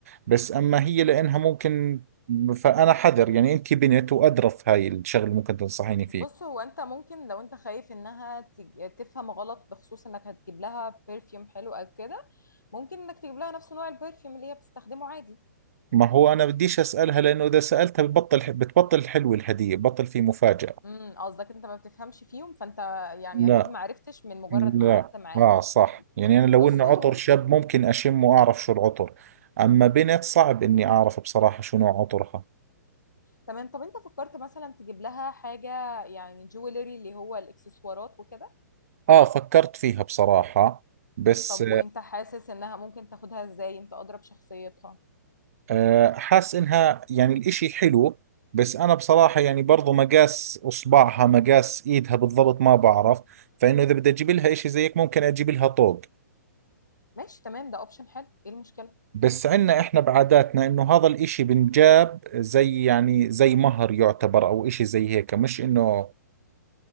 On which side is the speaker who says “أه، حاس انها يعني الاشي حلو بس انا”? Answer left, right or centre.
Right